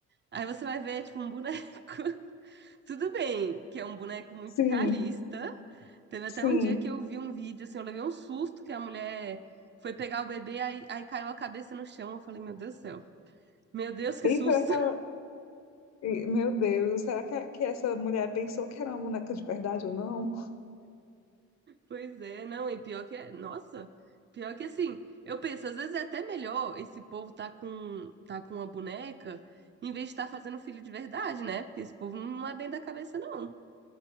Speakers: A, on the right; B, on the left.
A: Aí você vai ver, é tipo, um boneco. <laughs> Tudo bem, que é um boneco muito
B: sim,
A: realista. Teve
B: sim.
A: até um dia que eu vi um vídeo, assim, eu levei um susto que a mulher foi pegar o bebê, aí, aí caiu a cabeça no chão. Eu falei, meu Deus do céu. Meu Deus, que susto.
B: E será que ela... e, Meu Deus, será que, a- que essa mulher pensou que era uma boneca de verdade ou não?
A: Pois é, não, e pior que é, nossa, pior que assim, eu penso, às vezes é até melhor esse povo tá com tá com uma boneca em vez de estar fazendo filho de verdade, né? Porque esse povo não é bem da cabeça, não.